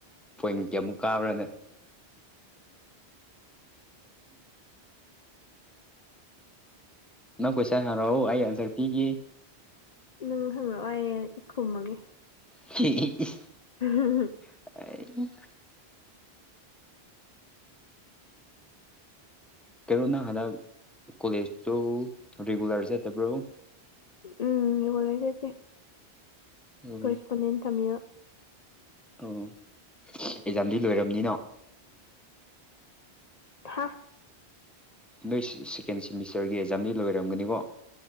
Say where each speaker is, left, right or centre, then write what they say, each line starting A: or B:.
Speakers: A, in the centre; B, on the left.
A: ꯄꯣꯏꯟ ꯀꯤꯃꯨꯛ ꯀꯥꯕ꯭ꯔꯅ ꯅꯪ ꯀꯣꯏꯁꯟ ꯍꯔꯛꯑꯣ ꯑꯩ ꯑꯟꯁꯔ ꯄꯤꯒꯦ
B: ꯅꯪ ꯍꯪꯂꯛꯑꯣ ꯑꯩ ꯈꯨꯝꯃꯒꯦ
A: <unintelligible>
B: <unintelligible>
A: <unintelligible>
B: <unintelligible>
A: ꯀꯩꯅꯣ ꯅꯪ ꯍꯟꯗꯛ ꯀꯣꯂꯦꯖꯇꯣ ꯔꯤꯒꯨꯂꯔ ꯆꯠꯇꯕꯔꯣ
B: ꯎꯝ ꯔꯤꯒꯨꯂꯔ ꯆꯠꯇꯦ
A: ꯑꯣ
B: ꯀꯔꯦꯁꯄꯣꯟꯗꯦꯟꯠ ꯇꯝꯃꯤꯕ
A: ꯑꯣ ꯑꯦꯛꯖꯥꯝꯗꯤ ꯂꯣꯏꯔꯕꯅꯤꯅ
B: ꯍꯥ
A: ꯅꯣꯏ ꯁꯦꯀꯦꯟ ꯁꯦꯃꯤꯁꯇꯔꯒꯤ ꯑꯦꯛꯖꯥꯝꯗꯤ ꯂꯣꯏꯔꯝꯒꯅꯤꯀꯣ